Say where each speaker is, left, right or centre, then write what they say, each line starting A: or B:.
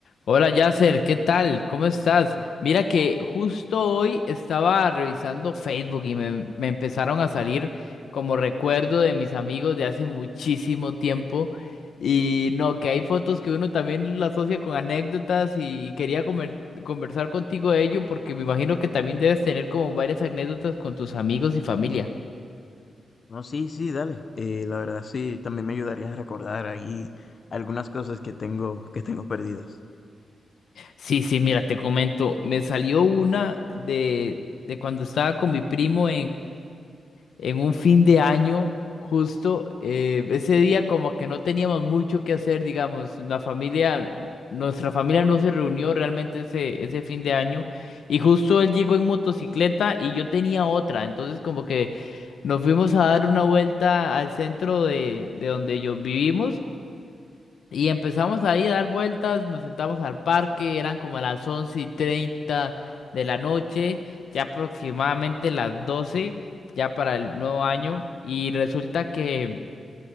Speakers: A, on the left; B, on the left.
A: Hola Yasser, ¿qué tal? ¿Cómo estás? Mira que justo hoy estaba revisando Facebook y me, me empezaron a salir como recuerdo de mis amigos de hace muchísimo tiempo. Y no, que hay fotos que uno también la asocia con anécdotas y, y quería comer- conversar contigo de ello porque me imagino que también debes tener como varias anécdotas con tus amigos y familia.
B: No, sí, sí, dale. Eh, la verdad sí, también me ayudaría a recordar ahí algunas cosas que tengo, que tengo perdidas.
A: Sí, sí, mira, te comento, me salió una de, de cuando estaba con mi primo en un fin de año, justo eh, ese día como que no teníamos mucho que hacer, digamos, la familia, nuestra familia no se reunió realmente ese, ese fin de año y justo él llegó en motocicleta y yo tenía otra, entonces como que nos fuimos a dar una vuelta al centro de, de donde yo vivimos. Y empezamos ahí a dar vueltas, nos sentamos al parque, eran como las once y treinta de la noche, ya aproximadamente las 12 ya para el nuevo año. Y resulta que,